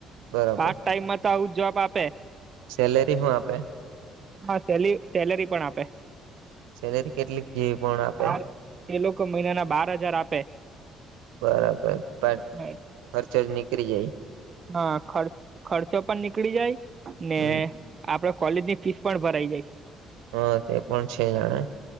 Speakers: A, on the right; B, on the right.
A: બરાબર
B: પાર્ટટાઈમમાં તો આવું જવાબ આપે.
A: સેલરી સુ આપે
B: હા સેલી સેલરી પણ આપે
A: સેલરી કેટલીક જેવી પણ
B: બાર
A: આપે
B: એ લોકો મહિનાના બારહજાર આપે
A: બરાબર <unintelligible>
B: સાય
A: ખરચો નીકરીજાય.
B: હા ખર્ચ ખર્ચો પણ નીકળી જાય ને
A: હમ
B: આપડે કોલેજ ની ફીસ પણ ભરાઈ જાય
A: હ તે પણ છે જાણે